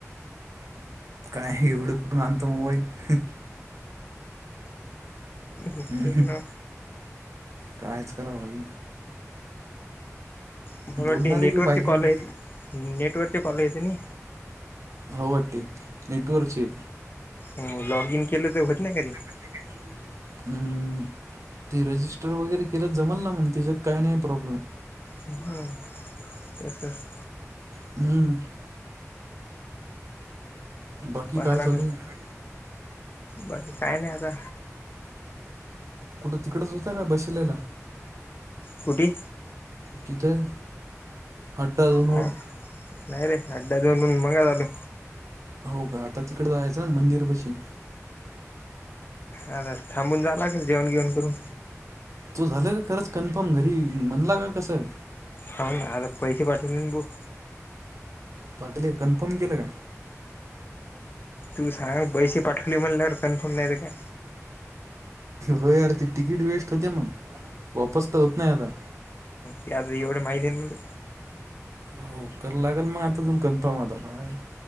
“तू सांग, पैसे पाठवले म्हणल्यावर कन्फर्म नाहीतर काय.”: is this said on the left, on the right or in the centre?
Left